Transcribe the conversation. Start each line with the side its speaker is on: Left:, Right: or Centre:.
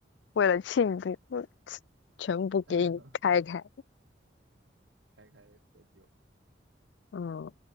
Left: 为了庆祝，嗯全部给你开开。
Right: <laughs> 开开喝酒。
Left: 嗯，